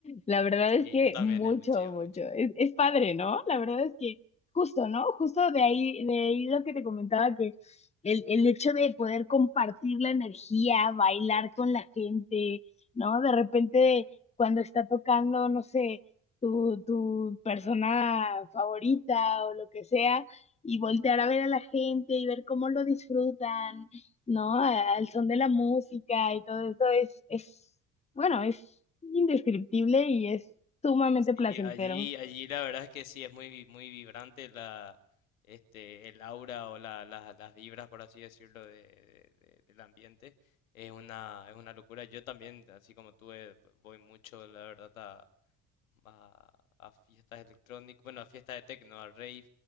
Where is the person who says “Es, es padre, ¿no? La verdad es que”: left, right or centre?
Left